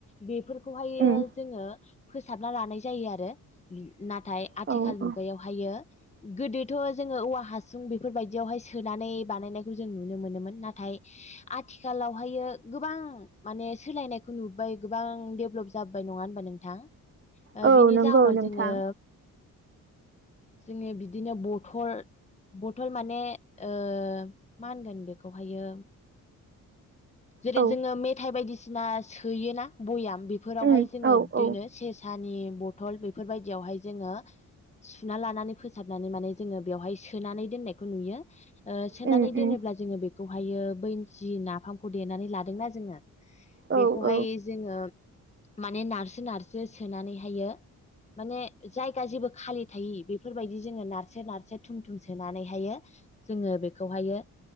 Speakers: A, on the left; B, on the right.
A: बेफोरखौहायो
B: उम
A: जोङो फोसाबना लानाय जायो आरो नाथाय आथिखाल
B: औ औ
A: मुगायावहायो गोदोथ' जोङो औवा हासुं बेफोरबायदियावहाय सोनानै बानायनायखौ जों नुनो मोनोमोन नाथाय आथिखालावहायो गोबां माने सोलायनायखौ नुबाय गोबां डेभलप जाबोबाय नङा होनबा नोंथां
B: औ
A: बिनि
B: नंगौ
A: जाउनाव
B: नोंथां
A: जोङो जोङो बिदिनो बथल बथल माने ओ मा होनगोन बेखौहायो जेरै
B: औ
A: जोङो मेथाइ बायदिसिना सोयोना बयाम बेफोरावहाय
B: उम
A: जोङो
B: औ औ
A: दोनो से नि बथल बेफोरबायदियावहाय जोङो सुना लानानै फोसाबनानै माने जोङो बेवहाय सोनानै दोननायखौ नुयो ओ सोनानै
B: उम उम
A: दोनोब्ला जोङो बेखौहायो बै जि नाफामखौ देनानै लादोंना जोङो
B: औ
A: बेखौहाय
B: औ
A: जोङो माने नारसो नारसो सोनानैहायो माने जायगा जेबो खालि थायि बेफोरबायदि जोङो नारसो नारसो थुम थुम सोनानैहायो जोङो बेखौहायो